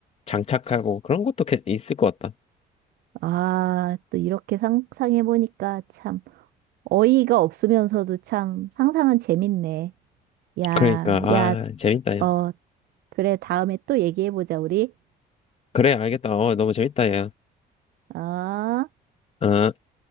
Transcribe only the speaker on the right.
아, 또 이렇게 상상해보니까 참 어이가 없으면서도 참 상상은 재밌네. 야,
야,
어, 그래, 다음에 또 얘기해보자, 우리.
어?